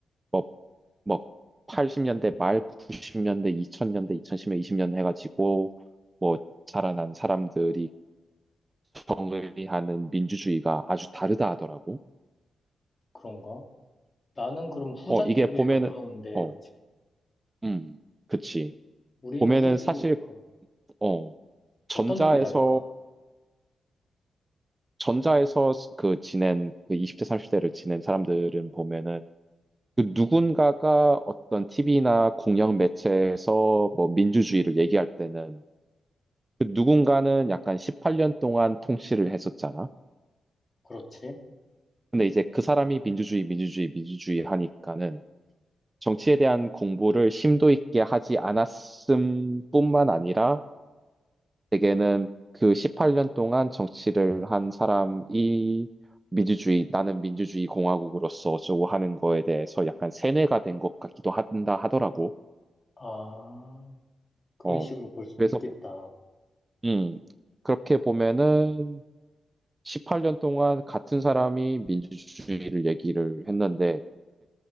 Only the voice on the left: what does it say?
그런가? 나는 그럼 후자
쪽에
가까운데,
그치?
우리는
후자
쪽에 가까운.
어떤 점이 다를까?
그렇지.
아, 그런
식으로 볼 수도
있겠다.